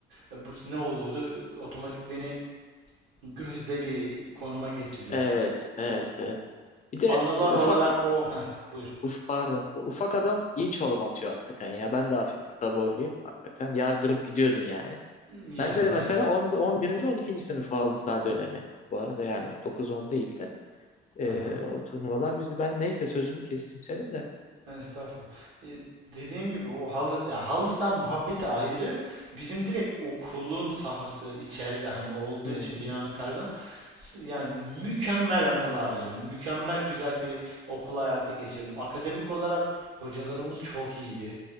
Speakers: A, on the right; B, on the left.
A: E, bu ne oluyordu? Otomatik beni gözde bir konuma getiriyordu.
B: Evet, evet, evet. Bir de
A: anılar
B: ufak,
A: olarak o Heh, buyur.
B: uf, pardon, ufak adam iyi çalım atıyor hakikaten ya. Ben de hafif kısa boyluyum hakikaten. Yardırıp gidiyordun yani.
A: Yani
B: Ben de, de mesela
A: yani.
B: 10, 11. 12. sınıf aldı sağ dönemi. Bu arada yani dokuz on değil de e,
A: Aha.
B: o turnuvalar bizi ben neyse sözünü kestim senin de.
A: Estağfurullah. E, dediğim gibi o halı ya halı saha muhabbeti ayrı. Bizim direkt okulun sahası içeride hani olduğu
B: Hmm,
A: için binanın karşısında s- yani mükemmel anılar yani mükemmel güzel bir okul hayatı geçirdim. Akademik olarak hocalarımız çok iyiydi.